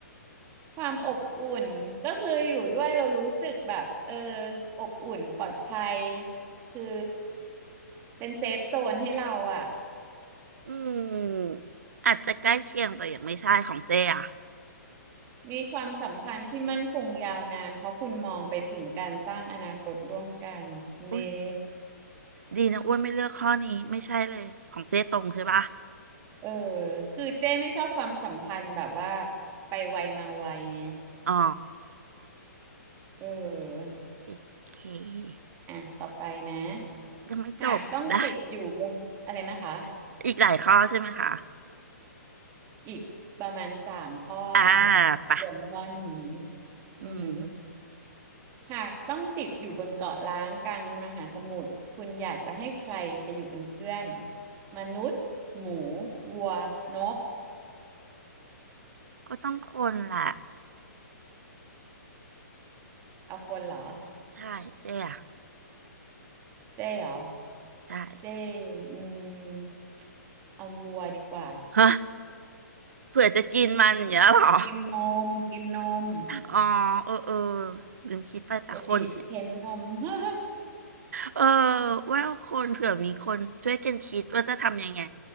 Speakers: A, on the right; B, on the right.
A: ความอบอุ่นก็คืออยู่ด้วยเรารู้สึกแบบเอออบอุ่นปลอดภัยคือเป็นเซฟโซนให้เราอ่ะ
B: อืมอาจจะใกล้เคียงแต่ยังไม่ใช่ของเจ๊อะ
A: มีความสัมพันธ์ที่มั่นคงยาวนานเพราะคุณมองไปถึงการสร้างอนาคตร่วมกันนี่
B: อุ้ยดีนะอ้วนไม่เลือกข้อนี้ไม่ใช่เลยของเจ๊ตรงใช่ปะ
A: เออคือเจ้ไม่ชอบความสัมพันธ์แบบว่าไปไวมาไวไง
B: อ๋อ
A: เออ
B: โอเค
A: อ่ะต่อไปนะ
B: ยังไม่จบนะ
A: หากต้องติดอยู่บนอะไรนะคะ
B: <laughs> อีกหลายข้อใช่ไหมคะ
A: อีกประมาณสามข้อค่ะ
B: อ่าไปะ
A: รวมข้อนี้
B: อืม
A: อือหือหากต้องติดอยู่บนเกาะล้างกลางมหาสมุทรคุณอยากจะให้ใครไปอยู่เป็นเพื่อนมนุษย์หมูวัวนก
B: ก็ต้องคนแหละ
A: เอาคนเหรอ
B: ใช่เจ๊อะ
A: เจ๊เหรอ
B: ใช่
A: เจ๊อืมเอาวัวดีกว่า
B: ฮะเผื่อจะกินมันอย่างเงี้ยเหรอ
A: กินนมกินนม
B: อ๋อเออเออลืมคิดไปแต่คน
A: ไปบีบเค้นนม <laughs>
B: เออว่าคนเผื่อมีคนช่วยกันคิดว่าจะทำยังไง